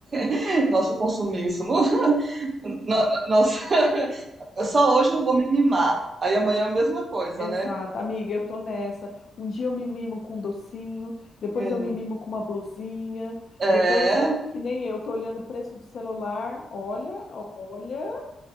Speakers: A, on the right (about 45°); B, on the left (about 60°).
A: <laughs> Nosso consumismo. <laughs> No- Nossa, só hoje eu vou me mimar. Aí amanhã é a mesma coisa,
B: Exato,
A: né?
B: amiga, eu tô nessa. Um dia eu me mimo com um docinho, depois
A: Hum,
B: eu me mimo com uma blusinha,
A: É.
B: depois, é que nem eu, tô olhando o preço de celular, olha, olha